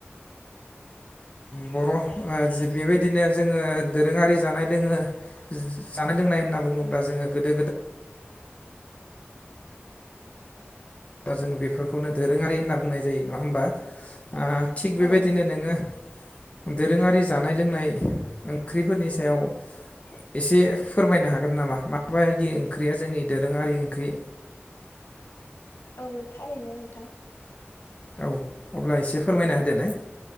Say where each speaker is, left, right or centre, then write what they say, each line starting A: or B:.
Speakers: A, on the left; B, on the left.
A: बर' बेबायदिनो जोङो दोरोङारि जानाय लोङो जानाय लोंनाय होनना बुङोब्ला जोङो गोदो गोदाय फोर जों बेफोरखौनो दोरोङारि होनना बुंनाय जायो नङा होमबा ओ थिग बेबायदिनो
B: औ
A: नोङो दोरोङारि जानाय लोंनाय ओंख्रिफोरनि सायाव एसे फोरमायनो हागोन नामा माबायदि ओंख्रिया जोंनि दोरोङारि ओंख्रि?
B: औ थारैनो नोंथां।
A: औ अब्ला एसे फोरमायना
B: ओ
A: होदोलाय।